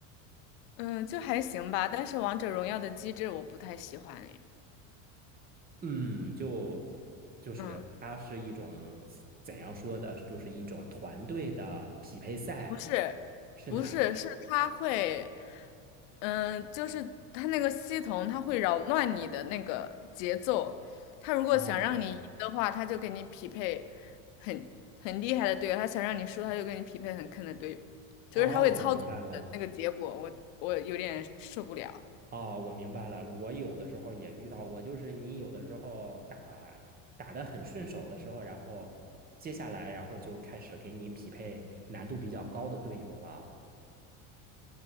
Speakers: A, on the left; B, on the right.
A: 嗯，就还行吧，但是王者荣耀的机制我不太喜欢诶。
B: 嗯，就就是它是一种怎怎样说的，
A: 嗯
B: 就是一种团队的匹配赛，
A: 不是，
B: 是哪？
A: 不是，是他会，嗯，就是他那个系统，他会扰乱你的那个节奏。他如果想让你赢的话，
B: 哦
A: 他就给你匹配很很厉害的队友；他想让你输，他就给你匹配很坑的队友。就是他会操作的那个结果，
B: 哦，我明白了。
A: 我我有点受不了。
B: 哦，我明白了。我有的时候也遇到过，就是你有的时候打打得很顺手的时候，然后接下来然后就开始给你匹配难度比较高的队友了。